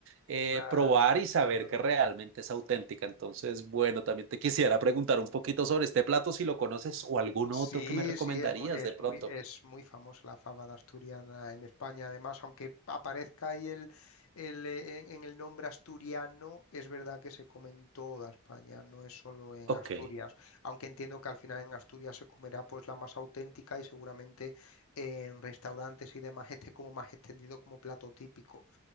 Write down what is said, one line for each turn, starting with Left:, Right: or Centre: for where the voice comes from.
Right: eh,
Left: claro,
Right: probar y saber
Left: claro.
Right: que realmente es auténtica. Entonces, bueno, también te quisiera preguntar un poquito sobre este plato, si lo conoces o alguno
Left: Sí,
Right: otro que me recomendarías
Left: sí, es muy, es
Right: de pronto.
Left: muy, es muy famosa la fábada asturiana en España. Además, aunque aparezca ahí el, el, eh, en, en el nombre asturiano, es verdad que se come en toda España, no es solo en
Right: Ok,
Left: Asturias. Aunque entiendo que al final en Asturias se comerá pues la más auténtica y seguramente en restaurantes y demás esté como más extendido como plato típico.